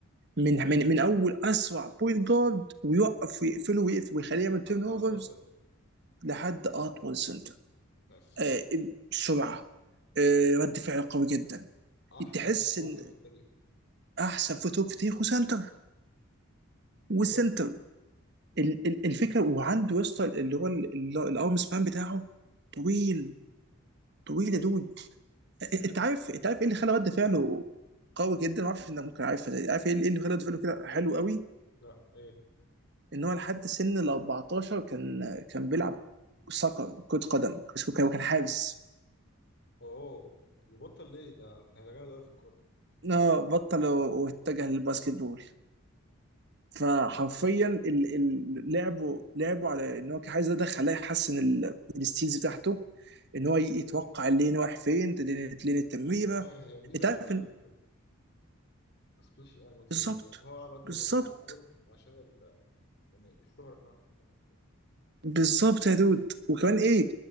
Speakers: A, on the right (about 50°); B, on the left (about 50°).
A: من من من اول اسرع بوينت جارد ويوقف ويقفله ويقفل ويخليه يعمل
B: حد
A: تيرن اوفرز
B: أطول سنتر
A: لحد اطول سنتر
B: بس
A: آه سرعه آه رد فعل قوي جدا
B: أحسن
A: تحس
B: شوت ورك
A: ان
B: في التاريخ
A: احسن فوتوك في تاريخه سنتر والسنتر
B: بالظبط
A: ال- ال- الفكره وعنده يا اسطى اللي هو ال- ال- الارم سبان بتاعه طويل طويل
B: أيوة
A: يا دود انت عارف انت عارف ايه اللي خلى رد فعله قوي جدا ما اعرفش انك ممكن عارفها دي عارف ايه اللي إيه اللي خلى رد فعله كده حلو قوي
B: لا إيه
A: ان هو لحد سن ال 14 كان كان بيلعب سoccer كرة قدم كان كان حارس
B: أوه بطل ليه ده ده جامد أوي في الكورة
A: اه بطل و- واتجه للباسكت بول فحرفيا
B: مم.
A: ال- ال- لعبه لعبه على ان هو كان عايز ده خلاه يحسن ال- الستيلز بتاعته ان هو يتوقع اللين رايح فين تدين- لين التمريره
B: والله هي ميزة
A: انت
B: جامدة
A: عارف
B: أوي
A: إن-
B: في السبيش يعني في
A: بالظبط
B: ال- إن هو عمل ده
A: بالظبط
B: باسكت بول عشان ال... يعني الشهرة كمان في البلد كده
A: بالظبط يا دود وكمان ايه